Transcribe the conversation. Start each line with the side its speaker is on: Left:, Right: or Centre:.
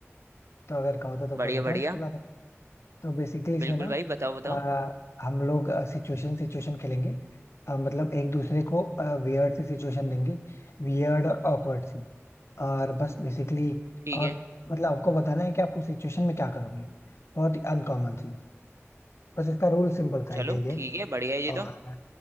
Left: तो अगर कहो तो तुमको
Right: बढ़िया
Left: बताओ
Right: बढ़िया
Left: इसके बारे में तो बेसिकली इसमें
Right: बिल्कुल
Left: ना
Right: भाई बताओ बताओ
Left: अ, हम लोग सिचुएशन सिचुएशन खेलेंगे अ, मतलब एक दूसरे को वियर्ड सी सिचुएशन देंगे वियर्ड और awkward सी और बस बेसिकली
Right: ठीक है
Left: और मतलब आपको बताना है कि आप उस सिचुएशन में क्या करोगे बहुत ही अनकॉमन सी बस इसका रूल सिंपल था
Right: चलो
Left: ये ये
Right: ठीक है बढ़िया है ये
Left: और
Right: तो